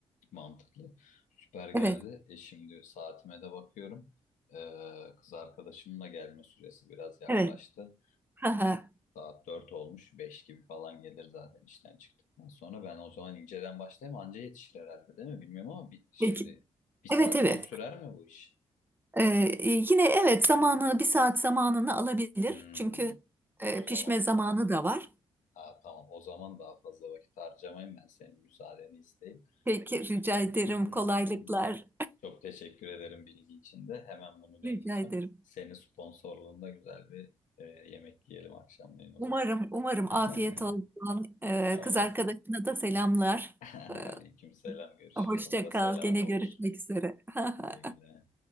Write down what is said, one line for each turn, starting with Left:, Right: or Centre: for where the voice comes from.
Left: Mantıklı. Süper geldi.
Right: Evet,
Left: E şimdi saatime de bakıyorum. Ee, kız arkadaşımın da gelme süresi biraz yaklaştı.
Right: evet. <laughs>
Left: Saat 4 olmuş 5 gibi falan gelir zaten işten çıktıktan sonra ben o zaman inceden başlayayım anca yetişir herhalde değil mi bilmiyorum ama bir, şimdi
Right: Peki.
Left: bir saat
Right: Evet evet.
Left: falan sürer mi bu iş?
Right: Ee, e, yine evet zamanı bir saat zamanını alabilir.
Left: Hmm,
Right: Çünkü e,
Left: o
Right: pişme
Left: zaman
Right: zamanı da var.
Left: ha, tamam o zaman daha fazla vakit harcamayayım ben senin müsaadeni isteyip.
Right: Peki rica ederim
Left: <laughs>
Right: kolaylıklar.
Left: Çok teşekkür ederim bilgi için de hemen bunu
Right: <laughs>
Left: deneyeceğim.
Right: Rica ederim.
Left: Senin sponsorluğunda güzel bir e, yemek yiyelim akşamleyin o
Right: Umarım
Left: zaman.
Right: umarım
Left: <laughs>
Right: afiyet olsun. Ee,
Left: Sağ
Right: kız
Left: olasın.
Right: arkadaşına da selamlar.
Left: <laughs>
Right: Ee,
Left: Aleyküm selam görüşürüz.
Right: hoşça
Left: Onda
Right: kal.
Left: selam
Right: Gene
Left: olur.
Right: görüşmek üzere. <laughs>
Left: Güle güle.